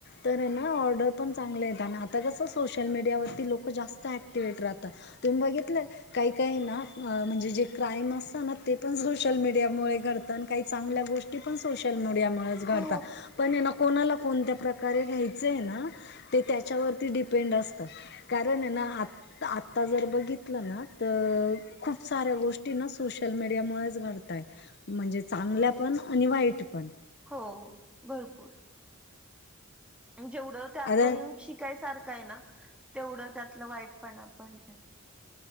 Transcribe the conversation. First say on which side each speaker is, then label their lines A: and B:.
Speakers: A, on the left; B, in the centre.
A: तर ना ऑर्डर पण चांगलं आहेत आणि आता कसं सोशल मीडियावरती लोकं जास्त ॲक्टिवेट राहतात तुम्ही बघितलंय काही काही ना म्हणजे जे क्राईम असत ना ते पण सोशल मीडियामुळे घडत काही चांगल्या गोष्टी गोष्टी पण सोशल मीडिच घडतात
B: हो
A: पण हाय ना कोणाला कोणत्या प्रकारे घ्यायचंय ना ते त्याच्यावरती डिपेंड असत कारण एना आप तर आता जर बघितलं ना तर खूप साऱ्या गोष्टी ना सोशल मीडियामुळेच घडताय म्हणजे चांगल्या पण आणि वाईट पण
B: हो भरपूर जेवढं त्यातून
A: अरे
B: शिकायसारखं आहे ना तेवढं त्यातलं वाईटपणा पण आहे